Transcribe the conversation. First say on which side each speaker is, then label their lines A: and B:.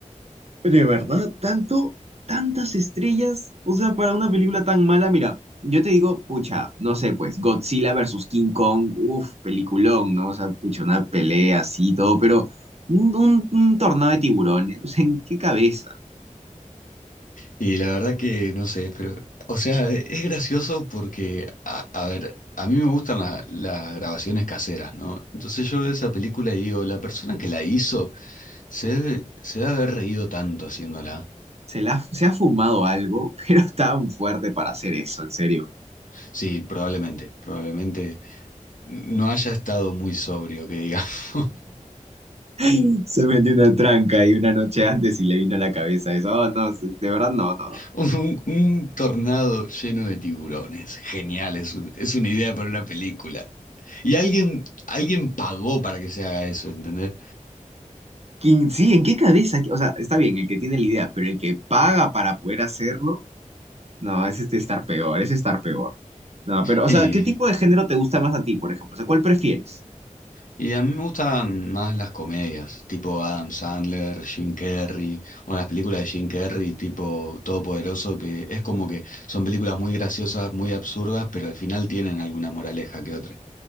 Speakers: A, on the right; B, on the left.
A: de verdad, tanto, tantas estrellas. O sea, para una película tan mala, mira, yo te digo, pucha, no sé, pues, Godzilla versus King Kong, uff, peliculón, ¿no? O sea, pucha, una pelea así y todo, pero un, un, un tornado de tiburones. O sea, ¿en qué cabeza?
B: Y la verdad que no sé, pero, o sea, e- es gracioso porque, a, a ver, a mí me gustan la- las grabaciones caseras, ¿no? Entonces yo veo esa película y digo, la persona que la hizo se debe, se debe haber reído tanto haciéndola.
A: Se, la, se ha fumado algo, <laughs> pero tan fuerte para hacer eso, en serio.
B: Sí, probablemente, probablemente no haya estado muy sobrio, que digamos. <laughs>
A: <laughs> Se metió una tranca y una noche antes y le vino a la cabeza eso. Oh, no, de verdad no, no.
B: Un, un tornado lleno de tiburones. Genial, es un- es una idea para una película. Y alguien, alguien pagó para que se haga eso, ¿entendés?
A: ¿Quién, sí, ¿en qué cabeza? O sea, está bien el que tiene la idea, pero el que paga para poder hacerlo, no, ese es estar peor, ese es estar peor. No, pero, o
B: Y,
A: sea, ¿qué tipo de género te gusta más a ti, por ejemplo? O sea, ¿cuál prefieres?
B: y a mí me gustan más las comedias, tipo Adam Sandler, Jim Carrey, o las películas de Jim Carrey, tipo Todopoderoso, que es como que son películas muy graciosas, muy absurdas, pero al final tienen alguna moraleja que otra.